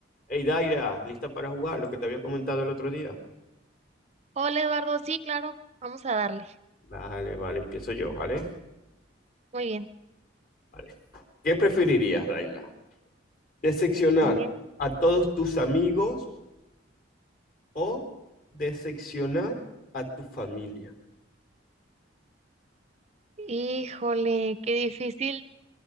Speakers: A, on the left; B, on the right.
A: Hey, Daira, ¿lista para jugar? Lo que te había comentado el otro día.
B: Hola Eduardo, sí, claro, vamos a darle.
A: Vale, vale, empiezo yo, ¿vale?
B: Muy bien,
A: Vale. ¿Qué preferirías, Daira? ¿Decepcionar
B: muy bien.
A: a todos tus amigos o decepcionar a tu familia?
B: Híjole, qué difícil,